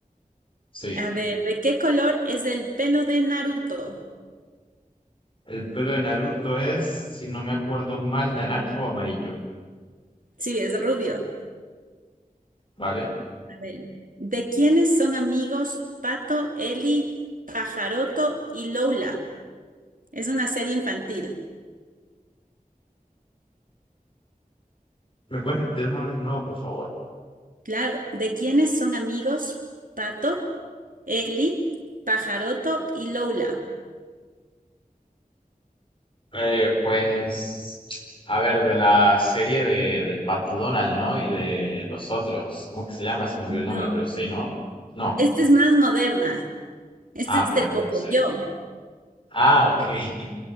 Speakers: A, on the left; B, on the right.
A: Sí.
B: A ver, ¿de qué color es el pelo de Naruto?
A: El pelo de Naruto es, si no me acuerdo mal, naranja o amarillo,
B: Sí, es rubio.
A: ¿vale?
B: A ver, ¿de quiénes son amigos Pato, Eli, Pajaroto y Lola? Es una serie infantil.
A: ¿Me puedes repetir los nombres de nuevo, por favor?
B: Claro. ¿De quiénes son amigos? Pato, Eli, Pajaroto y Lola.
A: Eh, pues, a ver, de la serie de, del Pato Donald, ¿no? Y de los otros. ¿Cómo que se llama? Se me olvidó
B: No.
A: el nombre, pero sí, ¿no? No.
B: Esta es más moderna. Esta
A: Ah,
B: es
A: pues
B: de Pocoyo.
A: no sé. Ah, ok. <laughs>